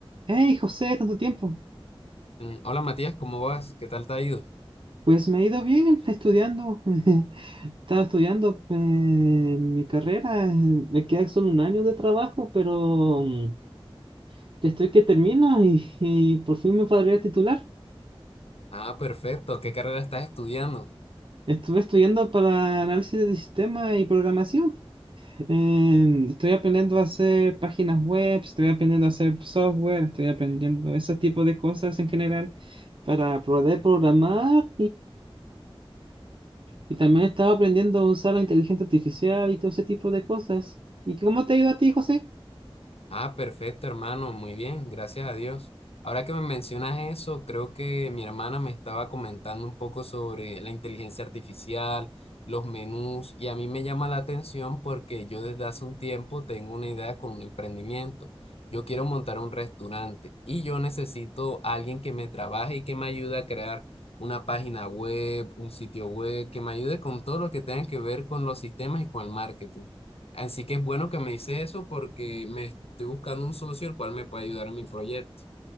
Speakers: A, on the right (about 60°); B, on the left (about 80°).
A: Hey, José, tanto tiempo.
B: Mm, Hola Matías, ¿cómo vas? ¿Qué tal te ha ido?
A: Pues me ha ido bien estudiando. <laughs> Estaba estudiando eh, mi carrera. eh, Me queda solo un año de trabajo, pero mm, ya estoy que termino y, y por fin me podría titular.
B: Ah, perfecto. ¿Qué carrera estás estudiando?
A: Estuve estudiando para análisis de sistemas y programación. Eh, estoy aprendiendo a hacer páginas web, estoy aprendiendo a hacer software, estoy aprendiendo ese tipo de cosas en general para poder programar Y también estaba aprendiendo a usar la inteligencia artificial y todo ese tipo de cosas. ¿Y cómo te ha ido a ti, José?
B: Ah, perfecto, hermano, muy bien, gracias a Dios. Ahora que me mencionas eso, creo que mi hermana me estaba comentando un poco sobre la inteligencia artificial, los menús, y a mí me llama la atención porque yo desde hace un tiempo tengo una idea con un emprendimiento. Yo quiero montar un restaurante y yo necesito a alguien que me trabaje y que me ayude a crear una página web, un sitio web, que me ayude con todo lo que tenga que ver con los sistemas y con el marketing. Así que es bueno que me dices eso porque me Estoy buscando un socio el cual me pueda ayudar en mi proyecto.